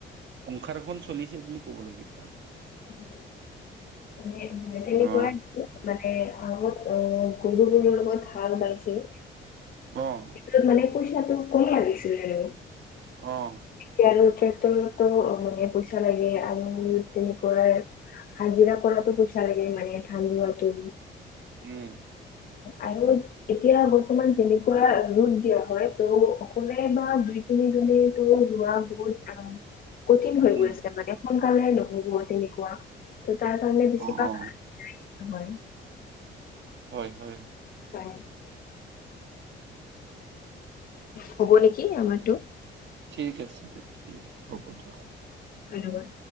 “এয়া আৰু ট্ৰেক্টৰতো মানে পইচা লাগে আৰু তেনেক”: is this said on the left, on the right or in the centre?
Left